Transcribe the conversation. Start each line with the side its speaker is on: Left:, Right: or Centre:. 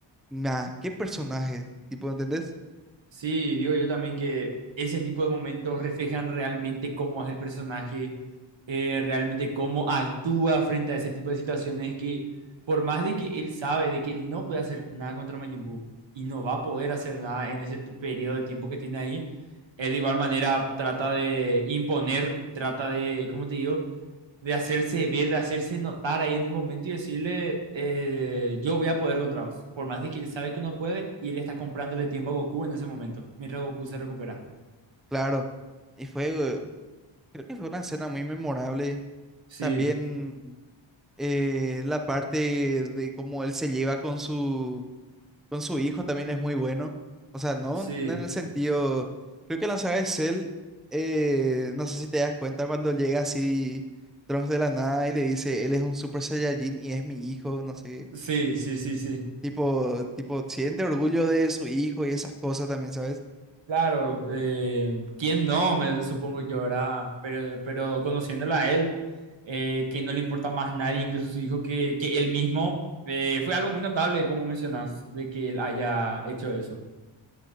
Centre: Nah, qué personaje, tipo, ¿entendés?
Right: sí, digo yo también que ese tipo de momentos reflejan realmente cómo es el personaje, eh, realmente cómo actúa frente a ese tipo de situaciones que por más de que él sabe de que él no puede hacer nada contra Majin Buu y no va a poder hacer nada en ese pe- periodo de tiempo que tiene ahí, él de igual manera trata de imponer, trata de, ¿cómo te digo? de hacerse ver, de hacerse notar ahí en el momento y decirle, eh, yo voy a poder contra vos. Por más de que él sabe que no puede y él está comprándole tiempo a Goku en ese momento, mientras Goku se recupera.
Centre: Claro, y fue Creo que fue una escena muy memorable.
Right: Sí,
Centre: También eh, la parte de cómo él se lleva con su, con su hijo también es muy bueno. O sea, no
Right: sí,
Centre: en el sentido, creo que en la saga de Cell, eh, no sé si te das cuenta cuando llega así Trunks de la nada y le dice, él es un Super Saiyajin y es mi hijo, no sé.
Right: sí, sí, sí, sí.
Centre: Tipo, tipo, siente orgullo de su hijo y esas cosas también, ¿sabes?
Right: Claro, eh, ¿quién no? Me supongo yo, ¿verdad? Pero, pero conociéndolo a él, eh, que no le importa más nadie, incluso su hijo, que, que él mismo, eh, fue algo muy notable, como mencionas, de que él haya hecho eso.